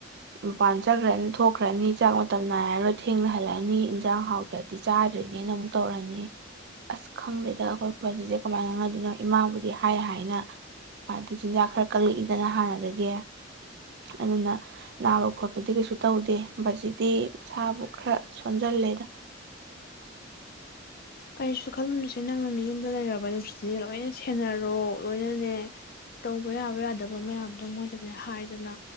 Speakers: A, on the right (about 55°); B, on the left (about 50°).
A: ꯃꯄꯥꯟ ꯆꯠꯈ꯭ꯔꯅꯤ ꯊꯣꯛꯈ꯭ꯔꯅꯤ ꯆꯥꯛ ꯃꯇꯝ ꯅꯥꯏꯔꯔꯣꯏ ꯊꯦꯡꯅ ꯍꯜꯂꯛꯑꯅꯤ ꯏꯟꯖꯥꯡ ꯍꯥꯎꯗ꯭ꯔꯗꯤ ꯆꯥꯗ꯭ꯔꯤꯅꯦꯅ ꯑꯃꯨꯛ ꯇꯧꯔꯅꯤ ꯑꯁ ꯈꯪꯗꯦꯗ ꯑꯩꯈꯣꯏ ꯄꯖꯤꯁꯦ ꯀꯃꯥꯏꯅ ꯉꯪꯅꯗꯣꯏꯅꯣ ꯏꯃꯥꯕꯨꯗꯤ ꯍꯥꯏ ꯍꯥꯏꯅ ꯃꯥꯗꯤ ꯆꯤꯟꯖꯥꯛ ꯈꯔ ꯀꯛꯂꯛꯏꯗꯅ ꯍꯥꯟꯅꯗꯒꯤ ꯑꯗꯨꯅ ꯅꯥꯕ ꯈꯣꯠꯄꯗꯤ ꯀꯩꯁꯨ ꯇꯧꯗꯦ ꯃꯁꯤꯗꯤ ꯃꯁꯥꯕꯨ ꯈꯔ ꯁꯣꯟꯖꯜꯂꯦꯗ
B: ꯀꯔꯤꯁꯨ ꯈꯜꯂꯨꯅꯨꯁꯦ ꯅꯪꯅꯅ ꯌꯨꯝꯗ ꯂꯩꯔꯕ ꯅꯁꯤꯅꯦ ꯂꯣꯏꯅ ꯁꯦꯟꯅꯔꯣ ꯂꯣꯏꯅꯅꯦ ꯇꯧꯕ ꯌꯥꯕ ꯌꯥꯗꯕ ꯃꯌꯥꯝꯗꯣ ꯃꯣꯏꯗꯅꯦ ꯍꯥꯏꯗꯅ